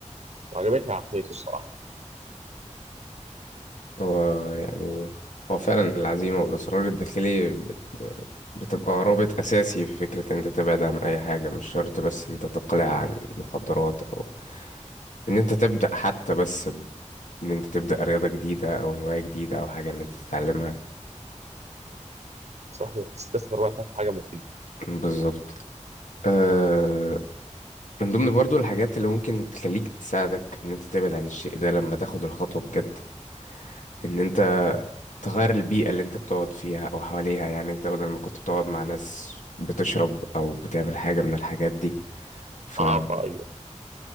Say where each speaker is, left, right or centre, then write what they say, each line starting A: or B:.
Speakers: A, on the right; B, on the left.
A: وعجبتني عقليته الصراحه
B: هو يعني هو فعلا العزيمة والإصرار الداخلي بت... بتبقى رابط أساسي في فكرة إن أنت تبعد عن أي حاجة مش شرط بس إن أنت تقلع عن مخدرات أو إن أنت تبدأ حتى بس ب- إن أنت تبدأ رياضة جديدة أو هواية جديدة أو حاجة إن أنت تتعلمها
A: صحيح تستثمر وقتها في حاجه مفيده
B: بالظبط أه... من ضمن برضو الحاجات اللي ممكن تخليك تساعدك إن أنت تبعد عن الشيء ده لما تاخد الخطوة بجد ان انت
A: يعني
B: تغير البيئة اللي انت بتقعد فيها او حواليها يعني انت بدل ما كنت بتقعد مع ناس بتشرب او بتعمل حاجة من الحاجات دي فلا
A: عطائية